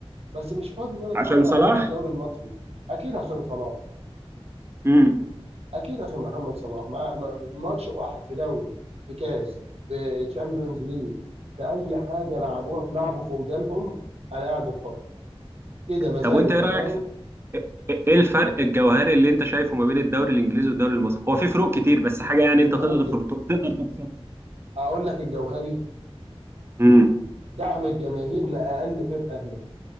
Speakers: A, on the right (about 80°); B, on the right (about 25°).
A: بس مش فاضي ان انا اتفرج
B: عشان صلاح
A: على الاهلي في الدوري المصري اكيد عشان صلاح
B: امم
A: اكيد عشان محمد صلاح ما ما- ماتش واحد في دوري في كاس في تشامبيونز ليج في اي حاجه لعبوها في لعبه في ودانهم انا قاعد بتفرج كده مزاج
B: طب وانت
A: انت
B: ايه رايك
A: فاهم
B: في- ايه الفرق الجوهري اللي انت شايفه ما بين الدوري الانجليزي والدوري المصري هو في فروق كتير بس حاجه يعني انت
A: يا
B: تقدر
A: راجل
B: تر- تقدر ترصدها
A: اقول لك الجوهري
B: امم
A: دعم الجماهير لاقل فرقه هناك